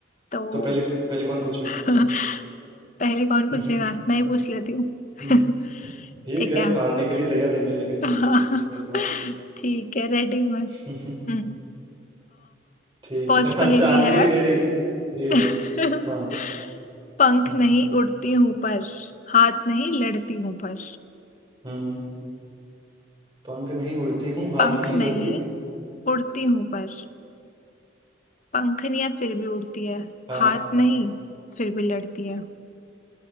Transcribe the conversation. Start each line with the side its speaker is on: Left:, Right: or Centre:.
Left: तो
Right: तो पहले पहले कौन पूछेगा
Left: <laughs> पहले कौन पूछेगा
Right: हम्म, हम्म,
Left: मैं ही पूछ लेती हूँ
Right: हम्म,
Left: <laughs>
Right: ठीक
Left: ठीक
Right: है
Left: है
Right: हारने के लिए तैयार रहिए लेकिन
Left: <laughs> हाँ,
Right: इस बार
Left: ठीक है रेडी में
Right: हम्म, हम्म,
Left: हम्म
Right: ठीक
Left: फर्स्ट
Right: है <laughs>
Left: पहेली
Right: अच्छा हारने
Left: है
Right: के लिए रेडी ठीक
Left: <laughs>
Right: है हाँ
Left: पंख
Right: हम्म
Left: नहीं उड़ती हूं पर हाथ नहीं लड़ती हूं पर
Right: हम्म, पंख नहीं उड़ती हूँ हाथ
Left: पंख
Right: नहीं
Left: नहीं
Right: लड़ती हूँ
Left: उड़ती हूं पर पंखनियां फिर भी उड़ती है
Right: हाँ
Left: हाथ नहीं फिर भी लड़ती है